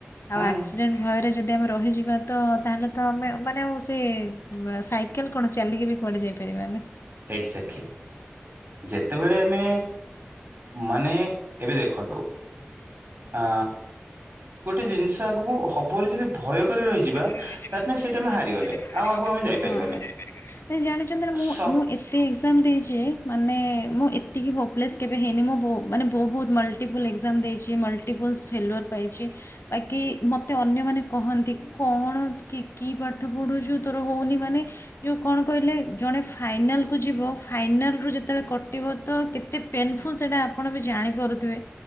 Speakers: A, on the left (about 80°); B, on the right (about 55°).
A: ଆଉ
B: ହୁଁ
A: ଆକ୍ସିଡେଣ୍ଟ ଭୟରେ ଯଦି ଆମ ରହିଯିବା ତ ତାହେଲେ ତ ଆମେ ମାନେ ଆଉ ସେ ସାଇକେଲ କଣ ଚାଲିକି ବି କୁଆଡ଼େ ଯାଇପାରିବାନି।
B: ଏକ୍ଜାକ୍ଟଲି ଯେତେବେଳେ ଆମେ ମାନେ ଏବେ ଦେଖନ୍ତୁ ଆ ଗୋଟେ ଜିନିଷ ଆଗକୁ ହବ ବୋଲି ଯଦି ଭୟ କରି ରହିଯିବା।
A: <unintelligible>
B: ଦାଟ୍ ମିନ୍ସ ସେଇଠି ଆମେ ହାରିଗଲେ ଆଉ ଆଗକୁ ଆମେ ଯାଇପାରିବାନି
A: ଜାଣିଛନ୍ତି ମୁଁ
B: ସ
A: ମୁଁ ଏ ତେ ଏକ୍ଜାମ ଦେଇଛି ମାନେ ମୁଁ ଏତିକି ହୋପଲେସ୍ କେବେ ହେଇନି ମୁ ମାନେ ବହୁ ମଲ ମଲ୍ଟିପଲ୍ ଏକ୍ଜାମ ଦେଇଛି ମଲ୍ଟିପଲ୍ସ ଫେଲୁୟର୍ ପାଇଛି। ବାକି ମତେ ଅନ୍ୟମାନୋନେ କହନ୍ତି କଣ କି କି ପାଠ ପଢ଼ୁଛୁ ତୋର ହଉନି ମାନେ ଯୋଉ କଣ କହିଲେ ଜଣେ ଫାଇନାଲକୁ ଯିବ ଫାଇନାଲରୁ ଯେତେବେଳେ କଟିବ ତ କେତେ ପେନ୍ଫୁଲ ସେଇଟା ଆପଣ ବି ଜାଣିପାରୁଥିବେ।